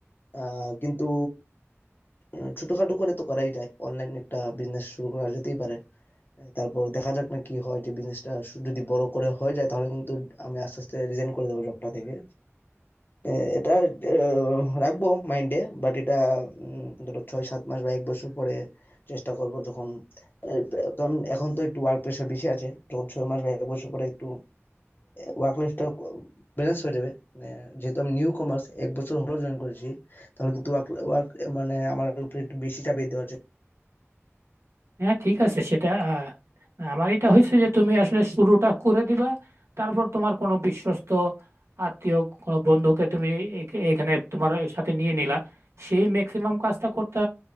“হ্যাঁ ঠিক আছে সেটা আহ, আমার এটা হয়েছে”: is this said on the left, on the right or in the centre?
Right